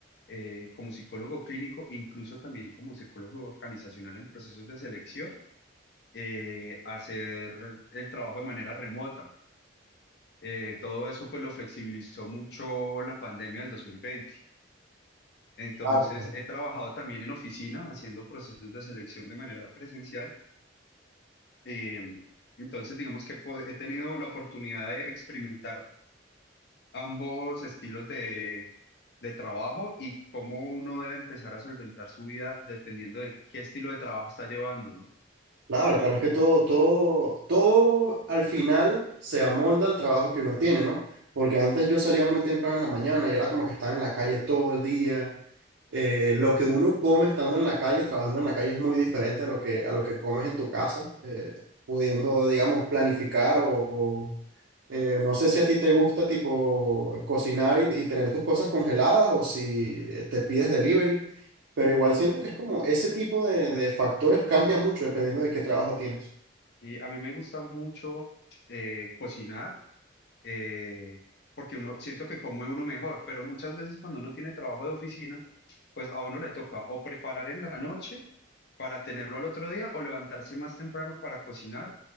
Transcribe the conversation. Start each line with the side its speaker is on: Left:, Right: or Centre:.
Left: eh, como psicólogo clínico, incluso también como psicólogo organizacional en procesos de selección, eh, hacer el trabajo de manera remota. Eh, todo eso pues lo flexibilizó mucho la pandemia del 2020. Entonces
Right: Claro,
Left: he trabajado también en oficina haciendo procesos de selección de manera presencial. Em, entonces digamos que pod- he tenido la oportunidad de experimentar ambos estilos de, de trabajo y cómo uno debe empezar a solventar su vida dependiendo de qué estilo de trabajo está llevando, ¿no?
Right: claro, claro, es que todo, todo, todo al final se amolda al trabajo que uno tiene, ¿no? Porque antes yo salía muy temprano en la mañana y era como que estaba en la calle todo el día eh, lo que uno come estando en la calle, trabajando en la calle, es muy diferente a lo que, a lo que comes en tu casa, eh, pudiendo, digamos, planificar o, o, eh, no sé si a ti te gusta tipo cocinar y, y tener tus cosas congeladas o si eh, te pides delivery, pero igual siento que es como ese tipo de, de factores cambia mucho dependiendo de qué trabajo tienes.
Left: Y a mí me gusta mucho eh, cocinar eh, porque uno siento que come uno mejor, pero muchas veces cuando uno tiene trabajo de oficina, pues a uno le toca o preparar en la noche para tenerlo al otro día o levantarse más temprano para cocinar